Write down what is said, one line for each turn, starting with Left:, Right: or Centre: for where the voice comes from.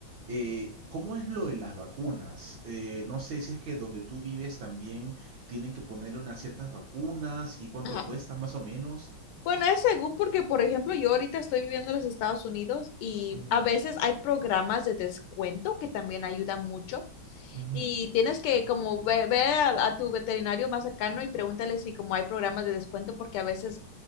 Right: eh, ¿cómo es lo de las vacunas? Eh, no sé si es que donde tú vives también tienen que ponerle unas ciertas vacunas y cuánto
Left: Ajá.
Right: cuesta más o menos.
Left: Bueno, es según porque, por ejemplo, yo ahorita estoy viviendo en los Estados Unidos y
Right: Ujú,
Left: a veces hay programas de descuento que también ayudan mucho
Right: ujú,
Left: Y tienes que como ve, ve a, a tu veterinario más cercano y pregúntale si como hay programas de descuento, porque a veces